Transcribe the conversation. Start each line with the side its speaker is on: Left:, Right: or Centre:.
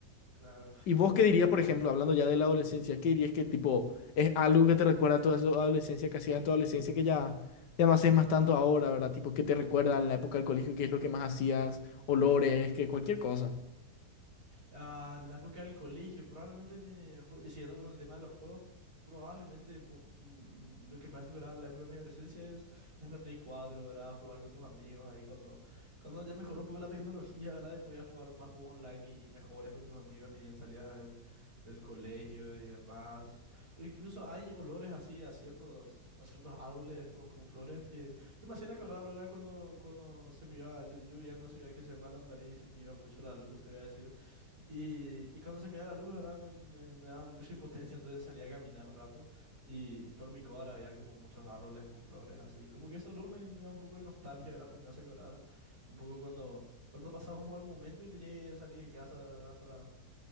Right: claro.
Left: ¿Y vos
Right: Igual,
Left: qué dirías, por ejemplo, hablando ya de la adolescencia, qué dirías que tipo es algo que te recuerda a toda tu adolescencia, que hacías en tu adolescencia, que ya, ya no haces más tanto ahora, ¿verdad? Tipo, ¿qué te recuerda en la época del colegio? ¿Qué es lo que más hacías? Olores, que cualquier cosa.
Right: Ah, la época del colegio, probablemente me, ju- siguiendo con el tema de los juegos, probablemente vo- mm, lo que me hace acordar la época de mi adolescencia es, es la Play cuatro ¿verdad? Jugar con tus amigos ahí cuando, cuando ya mejoró un poco la tecnología, ¿verdad? Y podías jugar más juegos online y, y mejores con tus amigos, ni bien salías del, del colegio y demás. O incluso hay olores así a ciertos, a ciertos árboles con, con flores que, que me hacían acordar, ¿verdad? Cuando, cuando se me iba, yo, yo vivía en una ciudad que se llama Lambaré y se me iba mucho la luz, te voy a decir. Y, y cuando se me iba la luz, ¿verdad? Me, me, me daba mucha impotencia, entonces salía a caminar un rato y, y por mi cuadra había como muchos árboles con flores así. Como que ese olor me, me da un poco de nostalgia, ¿verdad? Pues me hace acordar un poco cuando, cuando pasaba un mal momento y tenía que salir de casa, ¿verdad? Para,